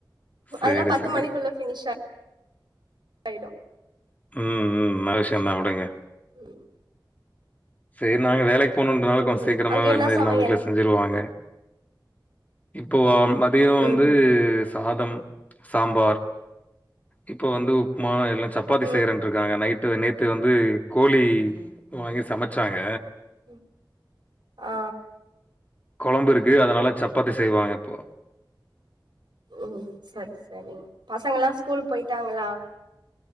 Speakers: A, on the left; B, on the right.
A: சரி,
B: அதெல்லா பத்து
A: சரி.
B: மணிக்குள்ள ஃபினிஷ் ஆயிடு
A: ம் ம் நல்ல விஷியோன்தா விடுங்க
B: ம்
A: சேரி நாங்க வேலைக்கி போணுன்றதுனால
B: ம்
A: கொஞ்சோ சீக்கிரமா
B: அங்க
A: விழுந்து
B: என்ன சமையல்
A: எல்லா வீட்ல செஞ்சிருவாங்க இப்போவா மதியோ
B: ம்
A: வந்து
B: ம்
A: சாதம் சாம்பார் இப்போ வந்து உப்புமா இல்லானா சப்பாத்தி
B: ம்
A: செய்றன்ட்ருக்காங்க நைட் ட்டு நேத்து வந்து கோழி வாங்கி சமைச்சாங்க
B: ம் ஆ
A: கொழம்பு இருக்கு அதனால சப்பாத்தி செய்வாங்க இப்போ
B: ஓ செரி செரி பசங்கல்ல ஸ்கூல் போயிட்டாங்களா